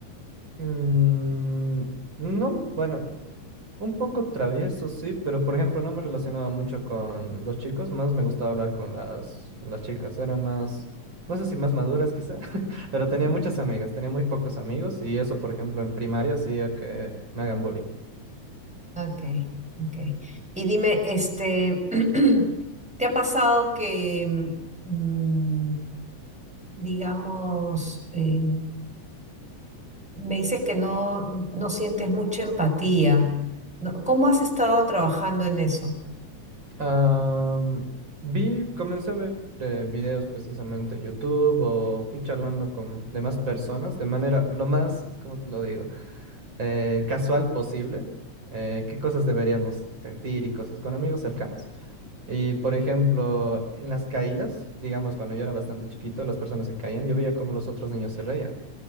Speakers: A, on the right; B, in the centre.
A: Mm, no, bueno, Un poco travieso, sí, pero por ejemplo no me relacionaba mucho con los chicos, más me gustaba hablar con las, las chicas, eran más, no sé si más maduras quizá, <laughs> pero
B: Ujú.
A: tenía muchas amigas, tenía muy pocos amigos y eso por ejemplo en primaria hacía que me hagan bullying.
B: Ok, ok. Y dime, este, <clears throat> ¿te ha pasado que... mm, digamos, eh, me dices que no, no sientes mucha empatía. ¿no? ¿Cómo has estado trabajando en eso?
A: Am, vi, comencé a ver eh, videos precisamente en YouTube o fui charlando con demás personas de manera lo más, ¿cómo te lo digo? Eh, casual posible, eh, qué cosas deberíamos sentir y cosas con amigos cercanos. Y por ejemplo, en las caídas, digamos, cuando yo era bastante chiquito, las personas se caían, yo veía cómo los otros niños se reían.